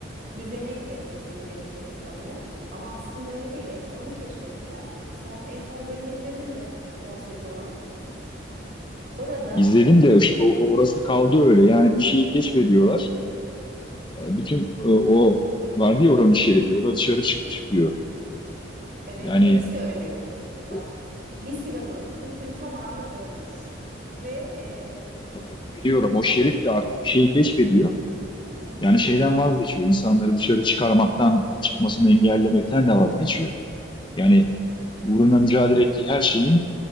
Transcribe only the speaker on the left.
İzledim de işte o, o- orası kaldı öyle. Yani bir şeyi keşfediyorlar. Bütün e, o vardı ya oranın şerifi. O da dışarı çık- çıkıyor.
Yani
o,
tamam, biliyorum o şerif de artık bir şeyi keşfediyor.
Yani şeyden vazgeçiyor. İnsanları dışarı çıkarmaktan, çıkmasını engellemekten de vazgeçiyor. Yani uğruna mücadele ettiği her şeyin